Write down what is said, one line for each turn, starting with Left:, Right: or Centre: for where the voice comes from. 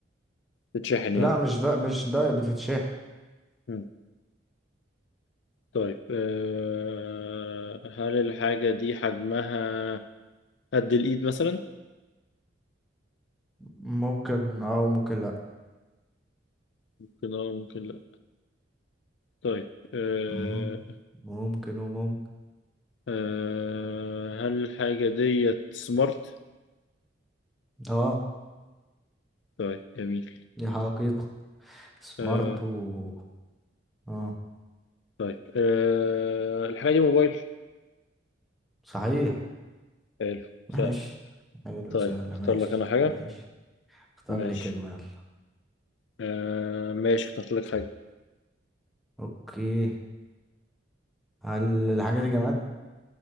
Left: بتتشحن
Centre: لا
Left: يعني
Centre: مش ده مش ده بتتشح
Left: مم. طيب آه هل الحاجة دي حجمها قد الإيد مثلا؟
Centre: ممكن اه وممكن لا
Left: ممكن اه ممكن لا طيب آه،
Centre: مم، ممكن وممكن
Left: أه هل الحاجة ديت سمارت؟
Centre: اه
Left: طيب جميل
Centre: دي حقيقة سمارت
Left: أه
Centre: و اه
Left: طيب أه الحاجة دي موبايل؟
Centre: صحيح
Left: حلو سهل
Centre: ماشي حلو
Left: طيب
Centre: سهلة
Left: اختار
Centre: ماشي
Left: لك أنا حاجة
Centre: ماشي اختار
Left: ماشي
Centre: لي كلمة يلا
Left: أه ماشي اخترت لك حاجة
Centre: اوكي هل الحاجة دي جماد